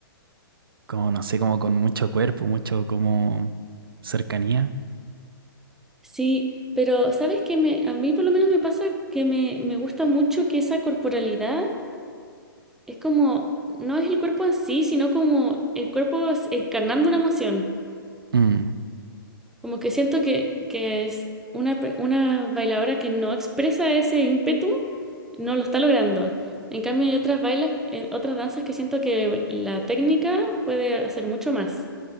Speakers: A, on the right; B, in the centre.
A: como no sé, como con mucho cuerpo, mucho como cercanía.
B: Sí, pero ¿sabes qué me, a mí por lo menos me pasa que me, me gusta mucho que esa corporalidad es como, no es el cuerpo en sí, sino como el cuerpo es- encarnando una emoción.
A: Mm.
B: Como que siento que, que es una, pe- una bailadora que no expresa ese ímpetu, no lo está logrando. En cambio, hay otras bailas, eh, otras danzas que siento que la técnica puede hacer mucho más.